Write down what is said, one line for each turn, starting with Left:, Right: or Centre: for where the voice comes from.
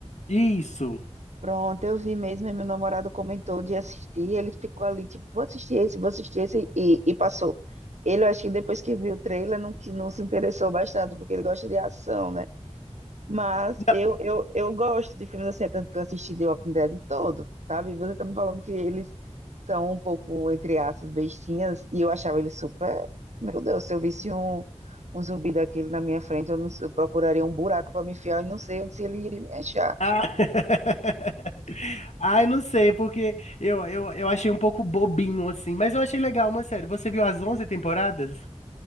Left: Isso.
Right: Pronto, eu vi mesmo, e meu namorado comentou de assistir, ele ficou ali, tipo, vou assistir esse, vou assistir esse, e, e passou. Ele, eu acho que depois que viu o trailer, não, que não se interessou bastante, porque ele gosta de ação, né? Mas
Left: Não,
Right: eu, eu, eu gosto de filmes assim, é tanto que eu assisti The Walking Dead todo, sabe? Você tá me falando que eles são um pouco, entre aspas, bestinhas, e eu achava eles super. Meu Deus, se eu visse um, um zumbi daquele na minha frente, eu, não, eu procuraria um buraco para me enfiar e não sei onde se ele iria me achar.
Left: Ah, <laughs> ah, eu não sei, porque eu, eu, eu achei um pouco bobinho, assim, mas eu achei legal uma série. Você viu as 11 temporadas?